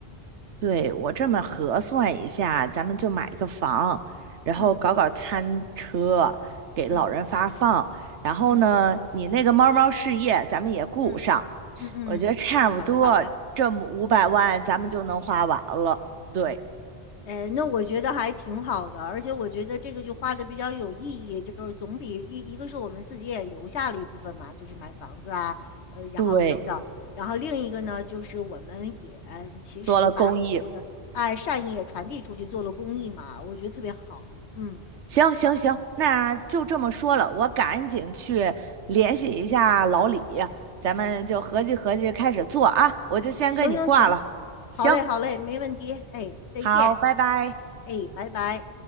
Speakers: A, on the right; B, on the left.
A: 对，我这么核算一下，咱们就买一个房，然后搞搞餐车，
B: 嗯
A: 给老人发放。
B: 嗯
A: 然后呢，
B: 嗯
A: 你那个猫猫事业咱们也顾上，
B: 嗯嗯嗯嗯，
A: 我觉得差不多这么五百万咱们就能花完了。
B: 好的好的。
A: 对
B: 哎，那我觉得还挺好的，而且我觉得这个就花的比较有意义，就是总比一一个是我们自己也留下了一部分嘛，就是买房子啊，呃，然后等等，
A: 对，
B: 然后另一个呢，就是我们也其实把很多的爱善意也传递出去，
A: 做了公益。
B: 做了公益嘛，我觉得特别好。嗯，
A: 行行行，那就这么说了，我赶紧去联系一下老李，咱们就合计合计开始做啊，我就先跟你挂了。
B: 行行行，
A: 行，
B: 好嘞好嘞，没问题。哎，再见，
A: 好，拜拜。
B: 哎，拜拜。